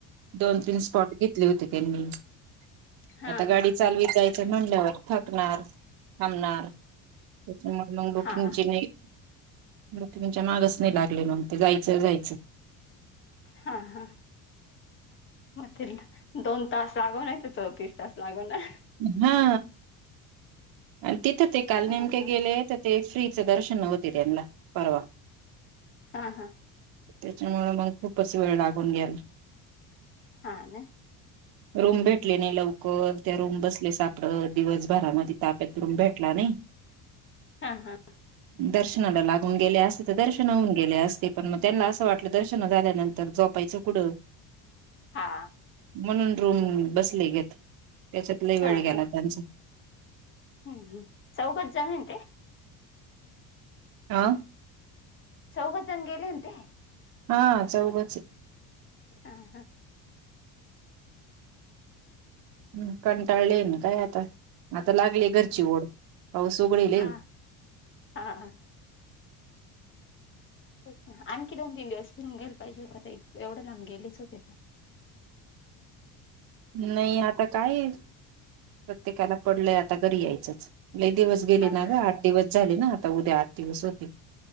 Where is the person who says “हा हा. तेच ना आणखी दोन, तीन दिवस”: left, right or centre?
Left